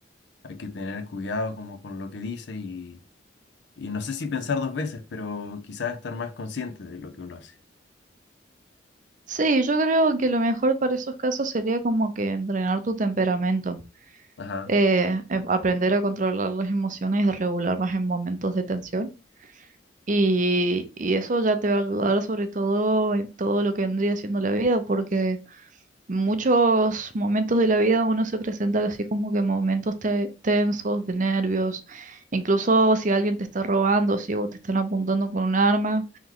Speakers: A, on the left; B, on the right.
A: hay que tener cuidado como con lo que dice y Y no sé si pensar dos veces, pero quizás estar más consciente de lo que uno hace.
B: Sí, yo creo que lo mejor para esos casos sería como que entrenar tu temperamento,
A: Ajá.
B: eh, em- aprender a controlar las emociones y regular más en momentos de tensión. Y, y eso ya te va a ayudar sobre todo en todo lo que vendría siendo la vida, porque muchos momentos de la vida uno se presenta así como que momentos te- tensos, de nervios, incluso si alguien te está robando, si vos te están apuntando con un arma,